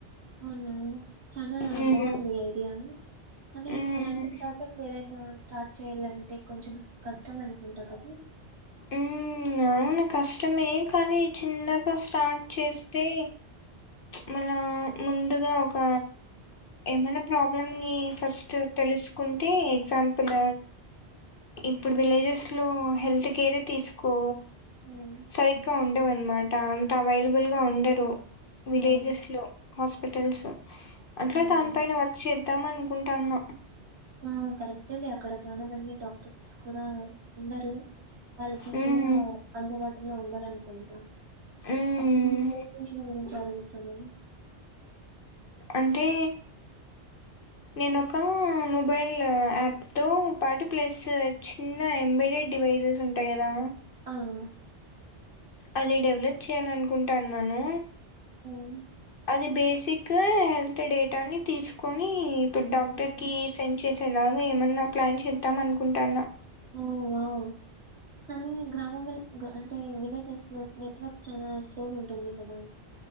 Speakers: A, on the right; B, on the left.
A: అవును చనా
B: ఉమ్,
A: బాగుంది ఐడియా కానీ
B: ఉమ్.
A: అలాంటి స్టార్ట్ప్ ఏదైనా స్టార్ట్ చెయాలంటే కొంచెం కష్టం అనుకుంటా కదా
B: ఉ అవునా కష్టమే కానీ చిన్నగా స్టార్ట్ చేస్తే మన ముందుగా ఒక ఒక ఏమైనా ప్రాబ్లమ్ ని ఫస్ట్ తెలుసుకుంటే ఎగజాంపుల్ ఇప్పుడు విలేజెస్ లో హెల్త్ కేరే తీసుకో
A: హ్మ్
B: సరిగ్గా ఉండవను దాంతొ అవైలబుల్ గా ఉండరు
A: హ్మ్
B: విలేజెస్ లో హాస్పిటల్స్ అట్లే
A: అవును.
B: దాని పైన వర్క్ చే వద్దాం అనుకుంటాన్న
A: ఆ కరెక్టేలే అక్కడ చాలమంది డాక్టర్స్ కూడా ఉండారు వాళ్ళకి ఈజీగా
B: హ్మ్.
A: అందుబాటులో ఉండరునుకుంటా
B: హ్మ్.
A: అప్పుడు <unintelligible> చాల మిస్ అయినవా
B: అంటే నేనొక మొబైల్ యాప్ తో పార్టీ ప్లస్ చిన్న ఎంబ్రాయిడ్ డివైసెస్ ఉంటాయి కదా
A: ఆవ్
B: అదె డెవలప్ చేయాల అనుకుంటాన్నాను
A: హ్మ్.
B: అది బేస్ హెల్త్ డేటాని తీసుకొని ఇప్పుడు డాక్టర్కి
A: హ్మ్.
B: సెండ్ చేసేలాగా ఏమన్నా ప్లాన్ చేద్దామ్ అనుకుంటున్న
A: ఓ వావ్ కానీ గ్రామం లో అంటే విలేజెస్ లో నెట్వర్క్ చాలా స్లోగా ఉంటుంది కదా